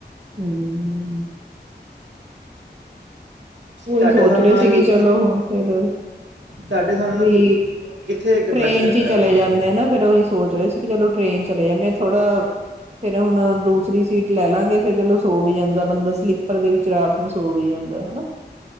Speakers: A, on the right (about 40°); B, on the right (about 85°).
A: ਹੰ ਔਹੀ
B: ਤੁਹਾਡੇ
A: ਸੋਚ
B: ਹਿਸਾਬ
A: ਰਹੇ
B: ਨਾਲ
A: ਸੀ ਕਿ ਚਲੋ ਹੁਨ ਫੇਰ
B: ਤੁਹਾਡੇ ਹਿਸਾਬ ਨਾਲ
A: ਵੀ
B: ਕਿੱਥੇ ਕਰਨਾ
A: ਟ੍ਰੇਨ
B: ਚਾਹੀਦਾ
A: ਚ ਹੀ
B: ਟਰੈਵਲ
A: ਚਲੇ
B: ਮਤਲਬ
A: ਜਾਂਨੇ
B: ਕਿ
A: ਆਂ ਨਾ ਫੇਰ ਔਈ ਸੋਚ ਰਏ ਸੀ ਚਲੋ ਟ੍ਰੇਨ ਚ ਚਲੇ ਜਾਂਦੇ ਆਂ ਥੋੜਾ ਫੇਰ ਹੁਣ ਦੂਸਰੀ ਸੀਟ ਲੈ ਲਾਂਗੇ ਫੇਰ ਚਲੋ ਸੌ ਵੀ ਜਾਂਦਾ ਬੰਦਾ ਸਲੀਪਰ ਦੇ ਵਿੱਚ ਰਾਤ ਨੂੰ ਸੌ ਵੀ ਜਾਂਦਾ ਹਨਾ